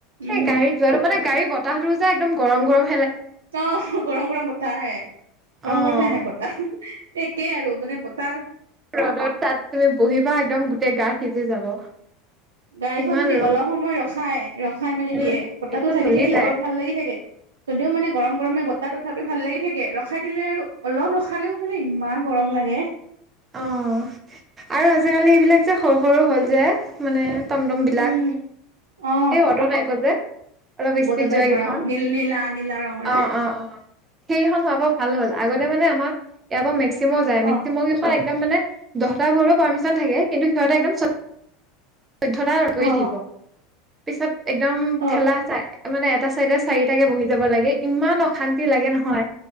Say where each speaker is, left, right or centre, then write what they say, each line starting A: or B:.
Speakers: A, on the right; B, on the right.
A: উম
B: এই গাড়ীত যোৱাটো মানে গাড়ী বতাহতটো যে একদম গৰম গৰম।
A: অহ গৰম গৰম বতাহ আহে
B: অ',
A: গৰম গৰমে আহে বতাহ। একেই আৰু মানে বতাহ।
B: ৰ'দত তাত তুমি বহিবা একদম গোটেই গা সিজি যাব।
A: গাড়ীখন‌
B: ইমান
A: যদি
B: ৰ'দ
A: অলপ সময় ৰখাই। ৰখাই মানে
B: উম
A: দিয়ে বতাহটো
B: একদম
A: থাকি
B: জ্বলি
A: থাকিলে
B: যায়
A: অলপ ভাল লাগি থাকে যদিওঁ মানে গৰম। গৰমে বতাহ তথাপিও ভাল লাগি থাকে ৰখাই দিলে আৰু অলপ ৰখালেওঁ মানে ইমান গৰম লাগে।
B: অ', আৰু আজিকালি এইবিলাক যে সৰু সৰু হ'ল যে মানে টমটম বিলাক
A: উম অ
B: এই অট টাইপৰ যে। অলপ ইস্পিত
A: বতৰ টাইপৰ
B: যোৱা এখন
A: অ নীল নীলা নীলা ৰঙৰ যে
B: অ অ অ। সেইখন হব ভাল হ'ল আগত মানে আমাৰ ইয়াৰ পৰা মেক্সিম' যায়
A: অ
B: মেক্সিমখন একদম মানে দহ বোৰো পাৰ্মিশন থাকে কিন্তু সিহঁতে একদম চৈধ্যতা কৰি
A: অ
B: থাকিব। পিছত একদম
A: অ
B: ঠেলা হেঁচা। মানে এটা চাইডে চাৰিটাকে বহি যাব লাগে ইমান অশান্তি লাগে নহয়।